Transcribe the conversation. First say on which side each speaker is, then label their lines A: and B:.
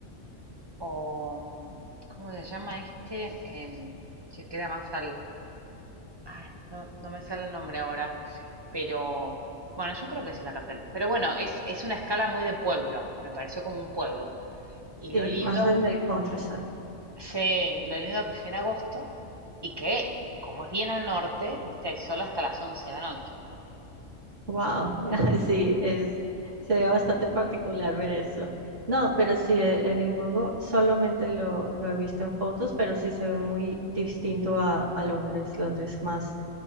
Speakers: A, on the right; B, on the right.
A: o, mm, ¿cómo se llama este? em, que queda más al, Ay, no, no me sale el nombre ahora, pero bueno, yo creo que sí es la capital. Pero bueno, es, es una escala muy de pueblo, me pareció como un pueblo. Y
B: sí,
A: lo lindo,
B: más en el countryside.
A: sí, y lo lindo que fui en agosto y que, como es bien al norte, viste, hay sol hasta las once de la noche.
B: Wow, <laughs> sí, es, sería bastante particular ver eso. No, pero sí, E- Edimburgo solamente lo, lo he visto en fotos, pero sí se ve muy distinto a, a Londres. Londres más